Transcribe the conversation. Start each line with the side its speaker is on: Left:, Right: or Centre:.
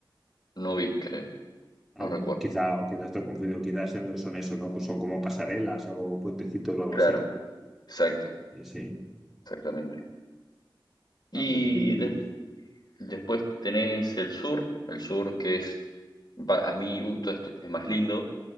Left: no vi, creo,
Centre: Ah,
Left: no
Centre: bueno,
Left: recuerdo.
Centre: quizá, o quizás estoy confundido, quizás son eso, ¿no? Pues son como pasarelas o puentecitos o algo
Left: Claro.
Centre: así.
Left: Exacto,
Centre: Sí, sí.
Left: exactamente. Y
Centre: Ah, pues muy bien.
Left: de- después tenés el sur, el sur que es, pa- a mi gusto, es, es más lindo.